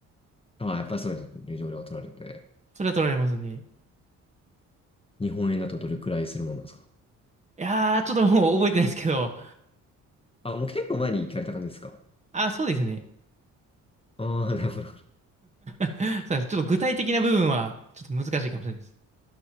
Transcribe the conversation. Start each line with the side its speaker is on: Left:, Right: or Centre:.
Left: ああ、やっぱりそうですよね。入場料が取られて。
Right: それは取られますね。
Left: 日本円だとどれくらいするものなんですか
Right: いやー、ちょっともう覚えてないですけど、
Left: あ、もう結構前に行かれた感じですか
Right: あー、そうですね。
Left: ああ、なるほど。なるほど
Right: そうなんです。ちょっと具体的な部分は、ちょっと難しいかもしれないです。